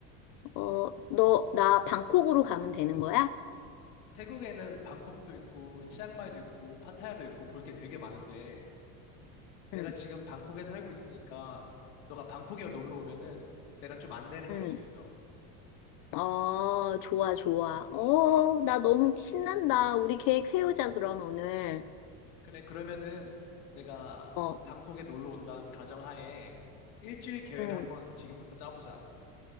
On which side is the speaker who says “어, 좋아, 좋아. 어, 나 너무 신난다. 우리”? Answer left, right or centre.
Left